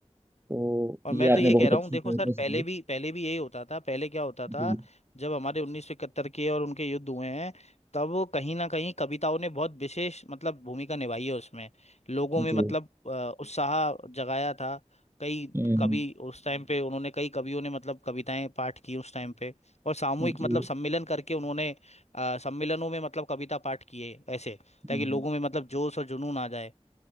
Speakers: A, on the right; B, on the left.
A: तो
B: और
A: ये
B: मैं तो
A: आपने
B: ये
A: बहुत
B: कह रहा
A: अच्छी
B: हूँ देखो
A: कविता
B: सर पहले
A: सुनाई
B: भी पहले भी यही होता था पहले क्या होता था
A: जी
B: जब हमारे 1971 के और उनके युद्ध हुए हैं तब वो कहीं ना कहीं कविताओं ने बहुत विशेष मतलब भूमिका निभाई है उसमें लोगों में
A: जी
B: मतलब अ, उत्साह जगाया था कई
A: हम्म
B: कवि उस टाइम पे उन्होंने कई कवियों ने मतलब कविताएं पाठ की उस टाइम पे और सामूहिक
A: जी
B: मतलब सम्मेलन करके उन्होंने अ, सम्मेलनों में मतलब कविता पाठ किए ऐसे ताकि
A: हम्म,
B: लोगों में मतलब जोश और जुनून आ जाए